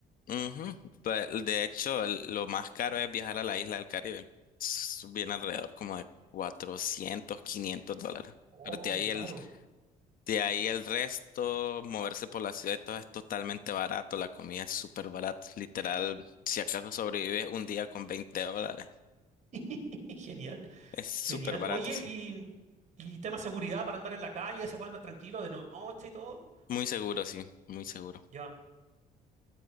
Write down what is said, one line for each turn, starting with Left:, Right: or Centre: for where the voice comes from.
Left: Ujú. Pues, de hecho, el- lo más caro es viajar a la isla del Caribe. S- Viene alrededor como de 400, 500 dólares.
Right: Oh,
Left: Pero de ahí
Right: qué caro.
Left: el, De ahí el resto, moverse por la ciudad y todo es totalmente barato, la comida es súper barata, literal, si acaso sobrevives un día con 20 dólares,
Right: <laughs> Genial.
Left: es súper
Right: Genial.
Left: barato,
Right: Oye,
Left: sí.
Right: y, y tema seguridad para andar en la calle, se puede andar tranquilo de noche y todo.
Left: Muy seguro, sí, muy seguro.
Right: Ya,